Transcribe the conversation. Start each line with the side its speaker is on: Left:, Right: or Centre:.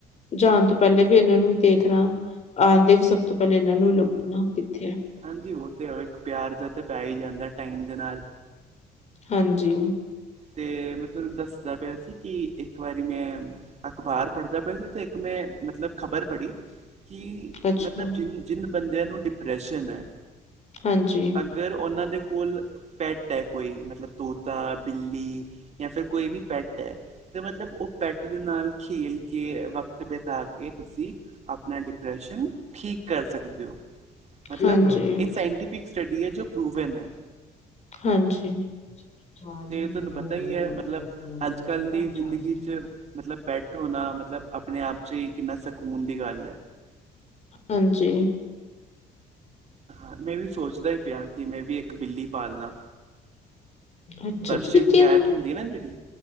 Left: ਜਾਨ ਤੋ ਪੈਲੇ ਵੀ ਏਨਾਂ ਨੂੰ ਈ ਦੇਖ ਦੇਖਨਾ, ਆਂਦੇ ਵੀ ਸਬ ਤੋ ਪੈਲੇ ਇਨਾਂ ਨੂੰ ਲਬਨਾ ਕਿੱਥੇ ਐ।
Right: ਹਾਂਜੀ ਓ ਤੇ ਹੈ, ਇਕ ਪੇਆਰ ਜਾ ਤੇ ਪੈ ਈ ਜਾਂਦੈ ਟਾਈਮ ਦੇ ਨਾਲ।
Left: ਹਾਂਜੀ।
Right: ਤੇ, ਮੈਂ ਤੁਹਾਨੂੰ ਦੱਸਦਾ ਪਿਆ ਸੀ, ਕਿ ਇੱਕ ਵਾਰੀ ਮੈਂ ਅਖ਼ਬਾਰ ਪੜ੍ਹਦਾ ਪਿਆ ਸੀ, ਤੇ ਇੱਕ ਮੈਂ, ਮਤਲਬ ਖ਼ਬਰ ਪੜ੍ਹੀ ਕਿ
Left: ਅੱਛਾ
Right: ਮਤਲਬ, ਜਿਨ -ਜਿਨ ਬੰਦਿਆਂ ਨੂੰ ਡਿਪਰੈਸ਼ਨ ਹੈ।
Left: ਹਾਂਜੀ,
Right: ਅਗਰ, ਉਹਨਾਂ ਦੇ ਕੋਲ, ਪੈੱਟ ਹੈ ਕੋਈ, ਮਤਲਬ ਤੋਤਾ ਬਿੱ, ਜਾਂ, ਫਿਰ ਕੋਈ ਵੀ ਪੈੱਟ ਹੈ, ਤੇ ਮਤਲਬ ਉਹ ਪੈੱਟ ਦੇ ਨਾਲ ਖੇਲ ਕੇ ਵਕ ਤ, ਬਿਤਾ ਕੇ, ਤੁਸੀਂ ਆਪਣਾ ਡਿਪਰੈਸ਼ਨ, ਠੀਕ ਕਰ ਸਕਦੇ ਹੋ। ਮਤਲਬ,
Left: ਹਾਂਜੀ
Right: ਇਹ ਸਾਇੰਟੀਫਿਕ ਸਟੱਡੀ ਹੈ, ਜੋ ਪ੍ਰੂਵਨ ਹੈ
Left: ਹਾਂਜੀ। ਚਾਰਜ
Right: ਤੇ
Left: ਵੀ ਖਤਮ
Right: ਤੁਹਾਨੂੰ ਪਤਾ
Left: ਹੋ
Right: ਹੀ
Left: ਜਾਣਾ,
Right: ਹੈ ਮਤਲਬ
Left: ਤੁਹਾਡਾ ਫੋਨ
Right: ਅੱਜ
Left: <unintelligible>
Right: ਕੱਲ ਦੀ ਜ਼ਿੰਦਗੀ ਮਤਲਬ, ਪੈੱਟ ਹੋਣਾ ਮਤਲਬ, ਆਪਣੇ ਆਪ ਚ ਹੀ, ਕਿੰਨਾ ਸਕੂਨ ਦੀ ਗੱਲ ਹੈ।
Left: ਹਾਂਜੀ
Right: ਹਾਂ, ਮੈਂ ਵੀ ਸੋਚਦਾ ਈ ਪਿਆਂ, ਕਿ ਮੈਂ ਵੀ, ਇੱਕ ਬਿੱਲੀ ਪਾਲ, ਲਾਂ।
Left: ਅੱਛਾ
Right: ਪਰਸ਼ੀਅਨ,
Left: ਅੱਛਾ। ਲੇਕਿਨ
Right: ਕੈਟ ਹੁੰਦੀ ਹੈ ਨਾ, ਜਿਹੜੀ।